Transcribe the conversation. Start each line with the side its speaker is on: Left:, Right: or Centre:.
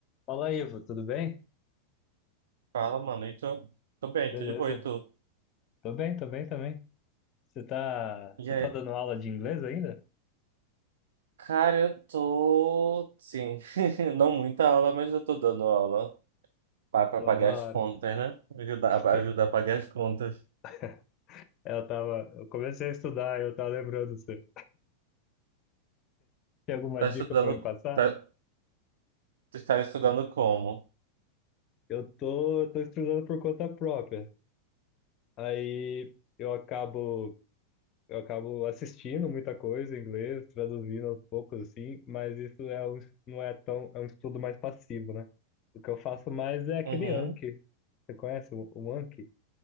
Left: Fala, Ivo, tudo bem?
Right: Fala, mano. E tu? Tô bem,
Left: Beleza.
Right: tô de boa. E tu?
Left: Tô bem, tô bem também. Você tá,
Right: E
Left: você
Right: aí,
Left: tá dando aula de inglês ainda?
Right: cara, eu tô. Sim, <laughs> não muita aula, mas eu tô dando aula pra, pra
Left: Pô,
Right: pagar
Left: da
Right: as contas,
Left: hora.
Right: né? Ajudar, pra
Left: Ei,
Right: ajudar a pagar as contas.
Left: <laughs> Eu tava, eu comecei a estudar, eu tava lembrando você. Tem alguma
Right: Tá
Left: dica
Right: estudando.
Left: pra me passar?
Right: Tá, tu está estudando como?
Left: Eu tô, eu tô estudando por conta própria. Aí eu acabo, eu acabo assistindo muita coisa em inglês, traduzindo aos poucos assim, mas isso é um, não é tão, é um estudo mais passivo, né? O que eu faço mais é aquele
Right: Uhum.
Left: Anki. Você conhece o, o Anki?